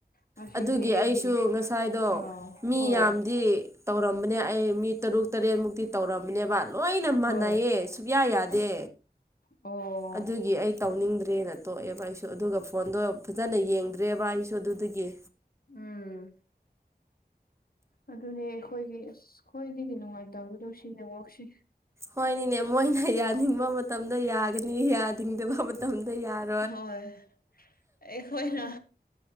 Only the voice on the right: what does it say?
ꯑꯗꯨꯒꯤ
ꯑꯩꯁꯨ ꯉꯁꯥꯏꯗꯣ
ꯃꯤ
ꯌꯥꯝꯗꯤ ꯇꯧꯔꯝꯕꯅꯦ ꯑꯩ ꯃꯤ ꯇꯔꯨꯛ ꯇꯔꯦꯠꯃꯨꯛꯇꯤ ꯇꯧꯔꯝꯕꯅꯦꯕ ꯂꯣꯏꯅ ꯃꯥꯟꯅꯩꯌꯦ
ꯁꯨꯛꯌꯥ ꯌꯥꯗꯦ
ꯑꯗꯨꯒꯤ ꯑꯩ ꯇꯧꯅꯤꯡꯗ꯭ꯔꯦꯅ ꯇꯣꯛꯑꯦꯕ ꯑꯩꯁꯨ ꯑꯗꯨꯒ ꯐꯣꯟꯗꯣ ꯐꯖꯅ ꯌꯦꯡꯗ꯭ꯔꯦꯕ ꯑꯩꯁꯨ ꯑꯗꯨꯗꯒꯤ
ꯍꯣꯏꯅꯤꯅꯦ ꯃꯣꯏꯅ ꯌꯥꯅꯤꯡꯕ ꯃꯇꯝꯗ ꯌꯥꯒꯅꯤ ꯌꯥꯅꯤꯡꯗꯕ ꯃꯇꯝꯗ ꯌꯥꯅꯤ